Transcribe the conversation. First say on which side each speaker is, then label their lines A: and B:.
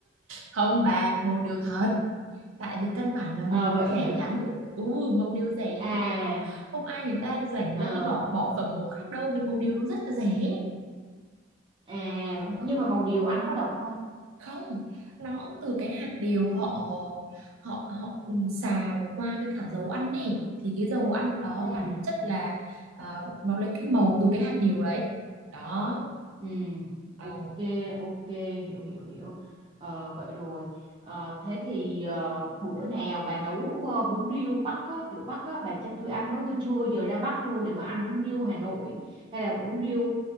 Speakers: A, on the right; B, on the right.
A: không bà, màu điều thật. Tại vì căn bản là màu
B: Ờ,
A: điều
B: vậy
A: rẻ
B: hả
A: lắm. Ừ, màu điều rẻ lắm.
B: à
A: Không không ai người ta rảnh
B: ờ
A: ra đi bỏ bỏ phẩm màu khác đâu vì màu điều nó rất là rẻ.
B: À, vậy-
A: Ừ.
B: nhưng mà màu điều ăn có độc không?
A: không nó cũng từ cái hạt điều họ họ họ ừ, xào qua với cả dầu ăn ấy thì cái dầu ăn đó
B: Ừ,
A: bản chất là ờ, nó lấy cái màu từ cái hạt điều đấy đó
B: ừ,
A: Ồ.
B: ok, ok, hiểu, hiểu, hiểu. Ờ, vậy rồi, Ờ, thế thì ờ, bữa nào bà nấu ờ, bún riêu Bắc á, kiểu Bắc á, bà cho tôi ăn với tôi chưa bao giờ ra Bắc luôn để mà ăn bún riêu Hà Nội hay là bún riêu